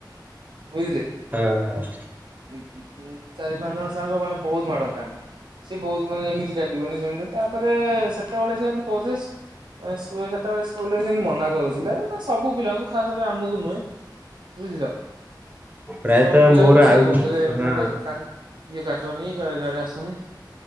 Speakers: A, on the right; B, on the right.
A: ବୁଝିଲେ,
B: ହଁ ହଁ
A: ଉଁ ଉଁ ଚାରି ପାଞ୍ଚ ଜଣ ସାଙ୍ଗ ମାନେ ବହୁତ ମାଡ଼ ଖାଆନ୍ତି, ସେ ବହୁତ ମାନେ ଏମିତି କାଟିବନି ସେମିତି ତାପରେ ସେତେବେଳେ ସେମିତି କହୁଥିଲେ <unintelligible> ସେତେବେଳେ ସ୍କୁଲରେ ସେମତି ମନା। କରୁଥିଲେ ସବୁ ପିଲାଙ୍କୁ, ଖାସ କରି ଆମକୁ ନୁହେଁ ବୁଝିଲ
B: ପ୍ରାୟତଃ
A: ସବୁ ପିଲାଙ୍କୁ
B: ମୋର
A: ସେ
B: ଆଉ
A: କହୁଥିଲେ ଏମତି
B: ହଁ
A: ମାନେ କାଠା ଇଏ କାଠା। ଟ ନି ଗାରେ ଗାରେ ଆକାରେ ଆସନି।